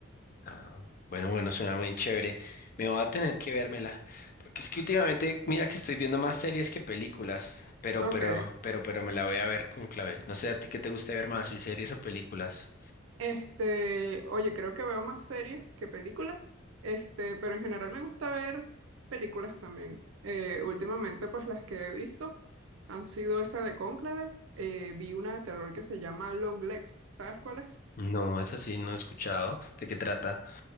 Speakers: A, on the left; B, on the right.
A: Ah, bueno, bueno, suena muy chévere. Me voy a tener que vérmela. Porque es que últimamente, mira que estoy viendo más series que películas, pero,
B: Ok.
A: pero, pero, pero me la voy a ver con clave. No sé a ti qué te gusta ver más, si series o películas.
B: Este, oye, creo que veo más series que películas, este, pero en general me gusta ver películas también. Eh, últimamente, pues las que he visto han sido esa de Cónclave. eh, vi una de terror que se llama Long Legs, ¿sabes cuál es?
A: No, eso sí, no he escuchado. ¿De qué trata?